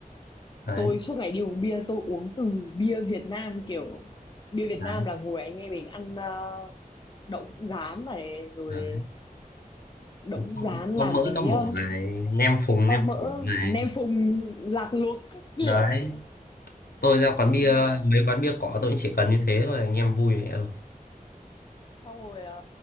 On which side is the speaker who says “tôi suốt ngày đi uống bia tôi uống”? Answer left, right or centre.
Left